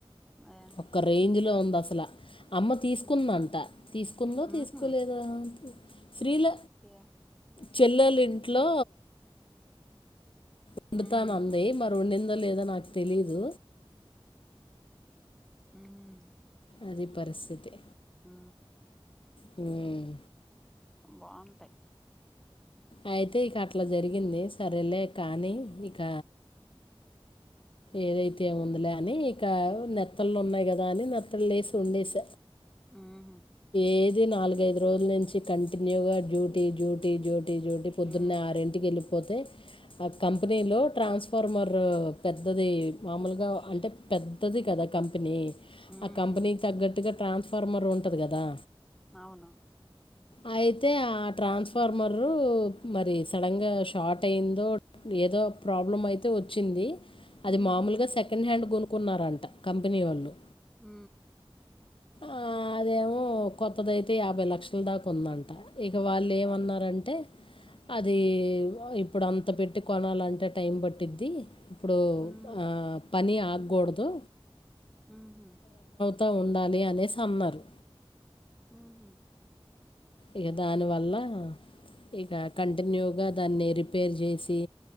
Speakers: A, in the centre; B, on the left.
A: ఆ!
B: ఒక రేంజ్ లో ఉందసల అమ్మ తీసుకుందంట,
A: హుహు.
B: తీసుకుందో
A: హుహు.
B: తీసుకోలేదా? శ్రీల
A: యాహ్!
B: చెల్లోలింట్లో వండుతానంది
A: హ్మ్.
B: మరి వండిందో, లేదో నాకు తెలీదు.
A: ఉమ్
B: అది పరిస్థితి
A: ఆ
B: హ్మ్మ్
A: బాగుంటాయి
B: అయితే ఇకట్లా జరిగింది. సరేలే కానీ ఇక ఏదైతే ఏముందిలే అని ఇక నెత్తళ్ళున్నాయి కదా! అని నెత్తళ్లేసి వండేస
A: ఆహ
B: ఏది నాలుగైదు రోజుల నుంచి కంటిన్యూగా డ్యూటీ డ్యూటీ డ్యూట్ నేను డ్యూటీ పొద్దున్నే
A: హ్మ్. హ్మ్.
B: ఆరింటికెళ్ళిపోతే, ఆ కంపెనీలో ట్రాన్స్ఫార్మర్ రో పెద్దది మామూలుగా అంటే పెద్దది కదా కంపెనీ.
A: హ్మ్.
B: ఆ కంపెనీకి తగ్గట్టుగా ట్రాన్స్ఫార్మర్ ఉంటది గదా.
A: అవును
B: అ అయితే ఆ ట్రాన్స్ఫార్మరు మరి సడన్గా షార్ట్ అయిందో ఏదో ప్రాబ్లం అయితే వచ్చింది.
A: హుహు.
B: అది మామూలుగా సెకండ్ హ్యాండ్ కొనుకున్నారంట కంపెనీ వోళ్ళు
A: హ
B: ఆ అదేమో కొత్తదయితే యాభై లక్షల దాకుందంట. ఇగ వాళ్ళేమన్నారంటే?
A: అబ్బా!
B: అది ఇప్పుడంత పెట్టి కొనాలంటే టైం పట్టిద్ది. ఇప్పుడు
A: హ్మ్.
B: ఆ పని ఆగకూడదు.
A: ఊ హు
B: తో ఉండాలి అనేసి అన్నరు
A: ఊ హు
B: ఇక దానివల్ల ఇక కంటిన్యూగా దాన్ని రిపేర్ చేసి